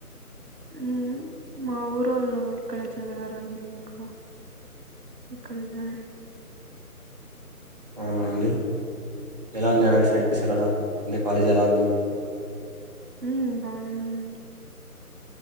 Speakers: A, on the right; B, on the right.
A: ఉమ్ మా ఊరోళ్ళు ఇక్కడే చదివారండి ఇంక. ఇక్కడె జాయన్.
B: ఔనండి ఎలా ఉంది <unintelligible> అంటె కాలేజెలా ఉంది.
A: ఉమ్ బానే ఉందండి.